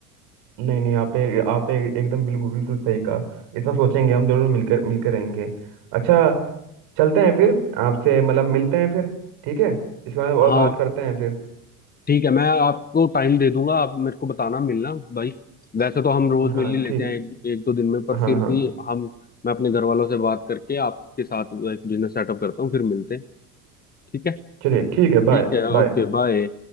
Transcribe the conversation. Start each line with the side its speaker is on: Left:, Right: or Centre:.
Right: नहीं नहीं आप ए, आप ए, एकदम बिल्कुल बिल्कुल सही कहा इतना सोचेंगे हम जरूर मिलकर मिलकर रहेंगे अच्छा चलते हैं फिर आपसे मतलब मिलते हैं फिर ठीक है इसके बारे में और
Left: हाँ
Right: बात करते हैं फिर
Left: ठीक है मैं आपको टाइम दे दूंगा आप मेरे को बताना मिलना भाई वैसे तो हम रोज
Right: हाँ
Left: मिल ही लेते
Right: ठीक
Left: हैं एक, एक दो दिन में पर
Right: हाँ
Left: फिर
Right: हाँ
Left: भी हम मैं अपने घर वालों से बात करके आपके साथ एक बिजनेस सेटअप करता हूँ फिर मिलते हैं ठीक है
Right: चलिए ठीक है
Left: ठीक
Right: बाय
Left: है
Right: बाय
Left: ओके बाय